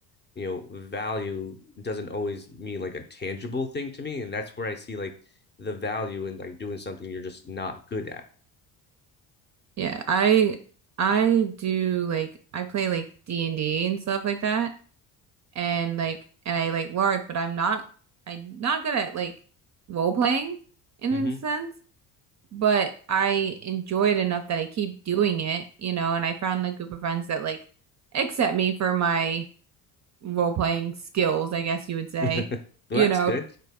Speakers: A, on the left; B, on the right.
A: you know, value doesn't always mean like a tangible thing to me. And that's where I see like the value in like doing something you're just not good at.
B: Yeah. I I do like I play like D&D and D and stuff like that. And like and I like LARP, but I'm not I'm not good at like role playing in
A: hmm
B: a sense. But I enjoy it enough that I keep doing it, you know, and I found a group of friends that like accept me for my role playing skills, I guess you would say.
A: <laughs> Well,
B: You
A: that's
B: know,
A: good.